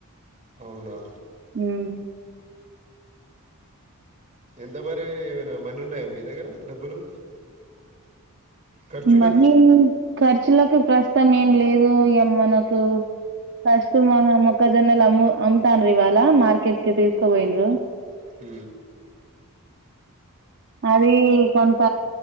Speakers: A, on the right; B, on the right.
A: అవునా
B: ఉమ్
A: ఎంత మరి ఏమైనా మన్ని ఉన్నాయా మీ దగ్గర డబ్బులు ఖర్చులకి
B: మనీ ఖర్చులకు ప్రస్తుతం ఏం లేదు ఇ మనకు కస్ మ మొక్కజొన్నలు అమ్ము అమ్ముతాను ఇవాళ మార్కెట్ కి తీసుకోపోయిన
A: హ
B: అది కొంత